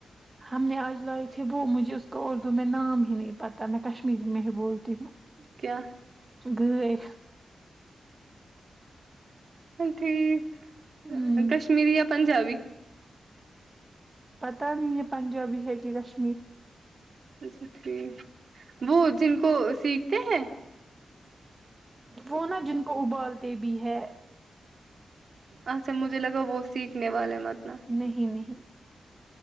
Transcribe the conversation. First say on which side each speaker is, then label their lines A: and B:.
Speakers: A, on the right; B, on the right.
A: ہم نے آج لائی تھی وہ مجھے اس کو اردو میں نام ہی نہیں پتہ میں کشمیری میں ہی بولتی ہوں
B: کیا
A: گئے
B: ٹھیک
A: ہوں
B: کشمیری یا پنجابی
A: پتا نہیں یے پنجابی ہے کی کش
B: اچھا ٹھیک وہ جن کو سیکھ تے ہیں
A: وہ نا جن کو ابالتے بھی ہے
B: اچھا مجھے لگا وہ سیکھنے والے مت نا
A: نہیں نہیں